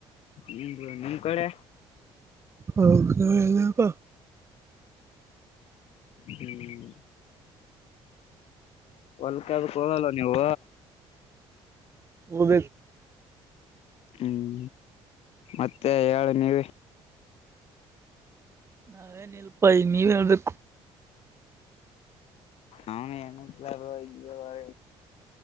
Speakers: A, on the left; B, on the right.
A: ನಿಮ್ದ ನಿಮ್ ಕಡೆ
B: ಹೌ ಎಲ್ಲಪ
A: ಹ್ಮ್ ಒಲ್ಕ ಕೊಲ್ಲ ನೀವು
B: ಒಬ
A: ಹ್ಮ್ ಮತ್ತೆ ಹೇಳ ನೀವ
B: ನಾವೇ ನಿಲ್ಪಾಯ ನೀವ ಎಡು
A: ಅವನ ಎನಲಾರ ಇ ವರ